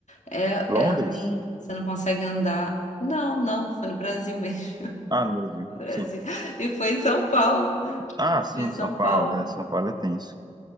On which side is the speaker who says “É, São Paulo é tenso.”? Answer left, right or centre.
Right